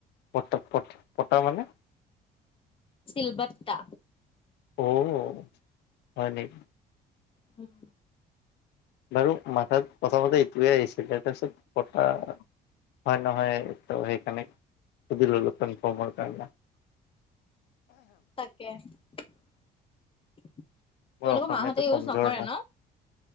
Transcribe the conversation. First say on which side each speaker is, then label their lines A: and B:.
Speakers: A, on the left; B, on the left.
A: পট-পট, পটা মানে?
B: চিলবটা।
A: অ' হয় নেকি।
B: হুম।
A: বাৰু মাথাত প্ৰথমতে ইটোৱে আহিছিলে, তাৰপিছত পটা- হয় নহয় তো সেইকাৰণে সুধি ললোঁ কনফাৰ্ম কাৰণে।
B: তাকে। তোমালোকৰ
A: মোৰ অসমীয়াটো
B: মাহঁতে ইউজ
A: কমজোৰ
B: নকৰে
A: না।
B: ন?